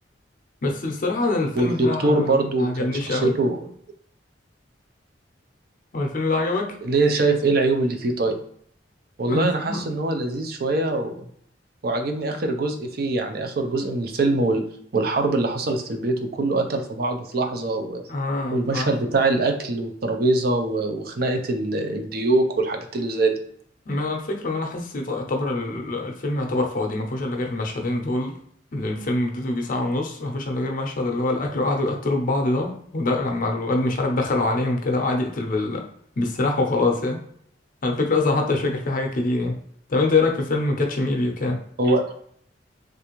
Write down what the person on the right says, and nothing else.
والدكتور
برضو
كان شخصيته
ليه شايف ايه العيوب اللي فيه طيب والله
انا حاسس ان هو لذيذ شوية و... وعاجبني اخر جزء فيه يعني اخر جزء من الفيلم وال... والحرب اللي حصلت في البيت وكله قتل في بعضه في لحظة و...
والمشهد بتاع الاكل والترابيزة و... وخناقة ال... الديوك والحاجات اللي زي دي
هو